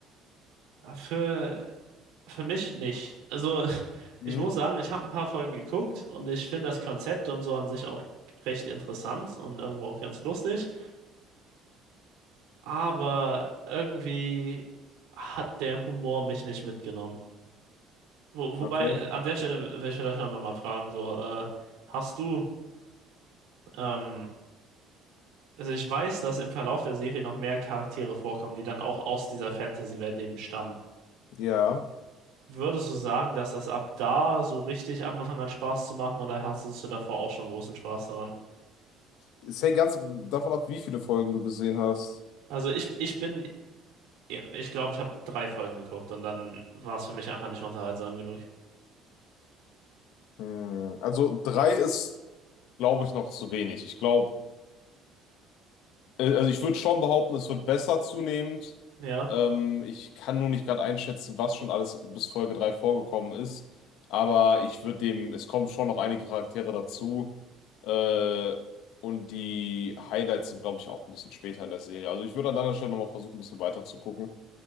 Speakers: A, on the right; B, on the left.
A: Für, für mich nicht. Also, <laughs>
B: Mhm,
A: ich muss sagen, ich habe ein paar Folgen geguckt und ich finde das Konzept und so an sich auch recht interessant und irgendwo auch ganz lustig, aber irgendwie hat der Humor mich nicht mitgenommen. Wo, wobei,
B: okay,
A: äh, an der Stelle will ich vielleicht auch nochmal fragen, so, äh, hast du, ähm, also ich weiß, dass im Verlauf der Serie noch mehr Charaktere vorkommen, die dann auch aus dieser Fantasy-Welt eben stammen.
B: ja.
A: Würdest du sagen, dass das ab da so richtig angefangen hat, Spaß zu machen, oder hattest du davor auch schon großen Spaß daran?
B: Es hängt ganz davon ab, wie viele Folgen du gesehen hast.
A: Also ich, ich bin, ja, ich glaube, ich habe drei Folgen geguckt und dann war es für mich einfach nicht unterhaltsam genug.
B: Hm, Also drei ist, glaube ich, noch zu wenig. Ich glaube, äh, also ich würde schon behaupten, es wird besser zunehmend.
A: Ja,
B: Ähm, ich kann nur nicht gerade einschätzen, was schon alles bis Folge drei vorgekommen ist. Aber ich würde dem, es kommen schon noch einige Charaktere dazu. Äh, und die Highlights sind, glaube ich, auch ein bisschen später in der Serie. Also ich würde an deiner Stelle nochmal versuchen, ein bisschen weiter zu gucken.